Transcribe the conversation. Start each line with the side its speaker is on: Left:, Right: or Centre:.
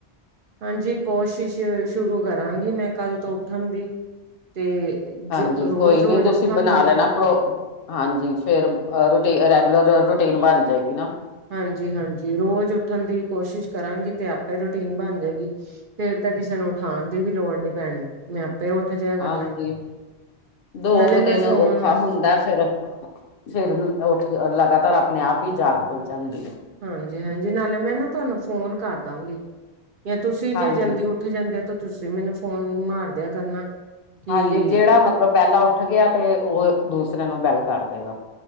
Right: ਹਾਂਜੀ ਕੋਸ਼ਿਸ਼ ਸ਼ੁਰੂ ਕਰਾਂਗੀ, ਮੈਂ ਕੱਲ ਤੋਂ ਉੱਠਣ ਦੀ ਤੇ ਜੋ
Left: ਹਾਂਜੀ
Right: ਰੋਜ਼
Left: ਕੋਈ
Right: ਰੋਜ਼
Left: ਨੀ ਤੁਸੀਂ
Right: ਉੱਠਾਂਗੀ
Left: ਬਣਾ ਲੈਣਾ ਪ੍ਰੋ, ਹਾਂਜੀ ਫੇਰ ਰੋਟੀ ਰੈਗੂਲਰ ਰੋਟੀ ਰਟੀਨ ਬਣ ਜੇ ਗੀ ਨਾ।
Right: ਹਾਂਜੀ ਹਾਂਜੀ ਰੋਜ਼ ਉੱਠਣ ਦੀ ਕੋਸ਼ਿਸ਼ ਕਰਾਂਗੀ ਤੇ ਆਪੇ ਰੋਟੀਨ ਬਣ ਜੇਗੀ। ਫੇਰ ਤੇ ਕਿਸੇ ਨੂੰ ਉਠਾਣ ਦੀ ਵੀ ਲੋੜ ਨੀ ਪੈਣੀ ਮੈਂ ਆਪੇ ਉੱਠ ਜਿਆ ਕਰਨਾ।
Left: ਹਾਂਜੀ -ਦੋ
Right: ਨਾਲੇ
Left: ਕੁ
Right: ਮੈਂ
Left: ਦਿਨ
Right: ਫੋਨ
Left: ਔਖਾ ਹੁੰਦਾ ਫੇਰ ਫੇਰ ਉੱਠ ਲਗਾਤਾਰ ਆਪਣੇ ਆਪ ਈ ਜਾਗ ਖੁੱਲ ਜਾਂਦੀ ਏ।
Right: ਹਾਂਜੀ ਹਾਂਜੀ ਨਾਲੇ ਮੈਂ ਨਾ ਤੁਆਨੂੰ ਫੋਨ ਕਰ ਦਾਂਗੀ, ਜਾਂ ਜੇ ਤੁਸੀਂ ਜੇ
Left: ਹਾਂਜੀ
Right: ਜਲਦੀ ਉੱਠ ਉੱਠ ਜਾਂਦੇ ਆ ਤੇ ਤੁਸੀਂ ਮੈਨੂੰ ਫੋਨ ਮਾਰਦਿਆਂ ਕਰਨਾ। ਕਿ
Left: ਹਾਂਜੀ ਜੇੜਾ ਮਤਲਬ ਪੈਲਾਂ ਉੱਠ ਗਿਆ ਤੇ ਓ ਦੂਸਰੇ ਨੂੰ ਬੈਲ ਕਰ ਦੇਗਾ।